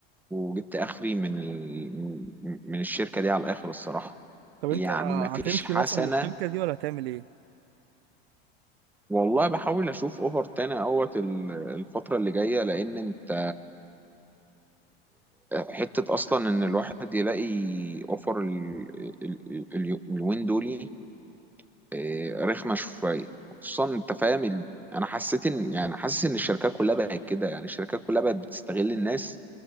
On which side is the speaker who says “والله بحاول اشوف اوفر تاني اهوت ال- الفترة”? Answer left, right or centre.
Centre